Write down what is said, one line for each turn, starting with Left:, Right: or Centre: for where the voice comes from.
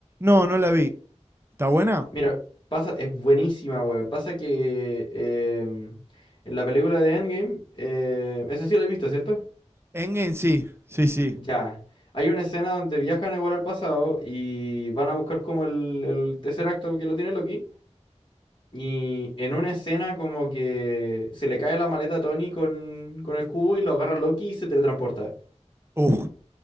Right: No, no la vi. ¿Está buena?
Left: Mira, pasa, es buenísima, weón. Pasa que em, en la película de Endgame, eh, esa sí la he visto, ¿cierto?
Right: Endgame sí, sí, sí.
Left: Ya. Hay una escena donde viajan igual al pasado y van a buscar como el, el tercer acto que lo tiene Loki. Y en una escena como que se le cae la maleta a Tony con, con el cubo y lo agarra Loki y se teletransporta.
Right: Uf.